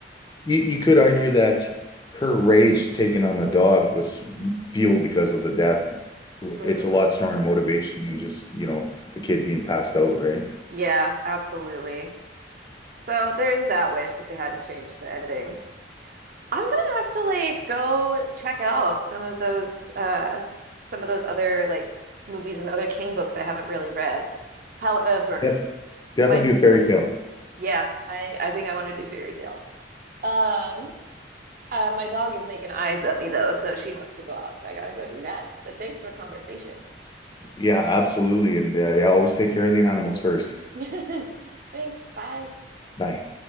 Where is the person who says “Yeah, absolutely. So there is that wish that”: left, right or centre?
Right